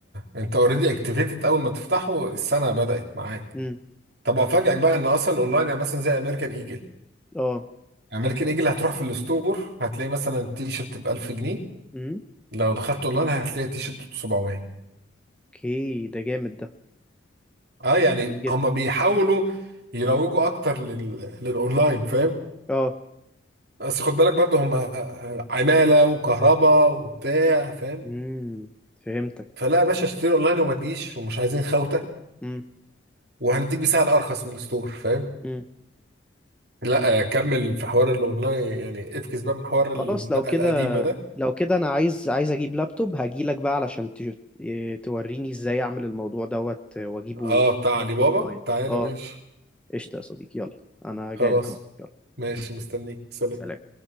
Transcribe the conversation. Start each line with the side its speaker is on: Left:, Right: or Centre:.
Right: انت اوريدي اكتيفيتد اول ما تفتحه السنة بدأت معاك
Centre: امم
Right: طب افاجئك بقى ان اصلا اونلاين يعني مثلا زي امريكان ايجل
Centre: اه
Right: امريكان ايجل هتروح في الستور هتلاقي مثلا التيشيرت ب 1000 جنيه
Centre: امم
Right: لو دخلت اونلاين هتلاقي التيشيرت ب 700
Centre: اوكي ده جامد ده
Right: اه يعني
Centre: جامد جدا
Right: هم بيحاولوا يروجوا اكتر لل... للاونلاين فاهم
Centre: اه
Right: بس خد بالك برضو هم عمالة وكهرباء وبتاع فاهم
Centre: امم فهمتك
Right: فلا يا باشا اشتري اونلاين وما تجيش ومش عايزين خوته
Centre: امم
Right: وهنديك بسعر ارخص من الستور فاهم
Centre: امم
Right: لا آه، كمل في حوار الاونلاين يعني افكس بقى من حوار
Centre: خلاص
Right: الدقه
Centre: لو كده
Right: القديمه ده
Centre: لو كده انا عايز عايز اجيب لابتوب هجيلك بقى علشان تج- إيه، توريني ازاي اعمل الموضوع دوت واجيبه
Right: اه بتاع علي بابا
Centre: اونلاين
Right: تعالى
Centre: اه
Right: ماشي
Centre: قشطة يا صديقي يلا انا
Right: خلاص
Centre: جاي لك اهو يلا
Right: ماشي مستنيك سلام
Centre: سلام